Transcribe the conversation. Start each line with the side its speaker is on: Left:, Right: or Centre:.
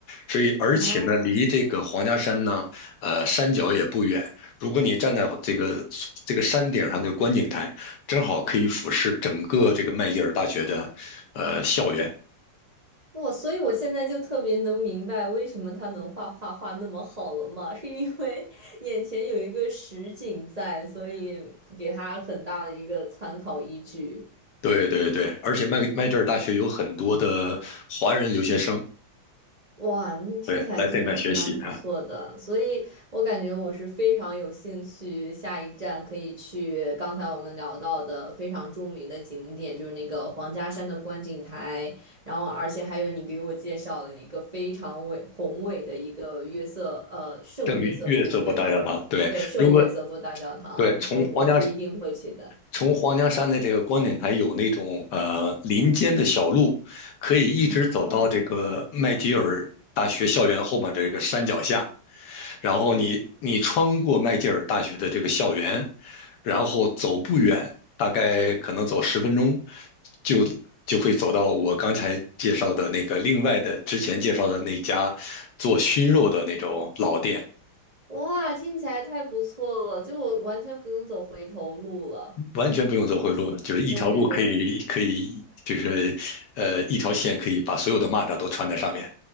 Left: 所以而且呢，
Right: 哦。
Left: 离这个皇家山呢，呃，山脚也不远。如果你站在这个这个山顶上的观景台，正好可以俯视整个这个麦吉尔大学的呃校园。
Right: 我所以，我现在就特别能明白为什么他能画画画那么好了嘛，是因为 <laughs> 眼前有一个实景在，所以给他很大的一个参考依据。
Left: 对对对，而且麦麦吉尔大学有很多的华人留学生，
Right: 哇，那听起来真的蛮不错的，
Left: 对，来这边学习啊。
Right: 所以我感觉我是非常有兴趣，下一站可以去刚才我们聊到的非常著名的景点，就是那个黄家山的观景台，然后而且还有你给我介绍了一个非常伟宏伟的一个约瑟，呃，圣约瑟夫，
Left: 圣约瑟夫大教堂，
Right: 对吗？
Left: 对，
Right: 对，圣约瑟夫大教堂，
Left: 如果对从皇家
Right: 我我是一定会去的。
Left: 从皇家山的这个观景台有那种呃林间的小路，可以一直走到这个麦吉尔大学校园后面这个山脚下，
Right: 哦，
Left: 然后你你穿过麦吉尔大学的这个校园，然后走不远，大概可能走十分钟，就就会走到我刚才介绍的那个另外的之前介绍的那家做熏肉的那种老店，
Right: 哇，听起来太不错了，就我完全不用走回头路了。
Left: 完全不用走回路，就是一条路可以可以就是呃一条线可以把所有的蚂蚱都穿在上面。
Right: 对对对。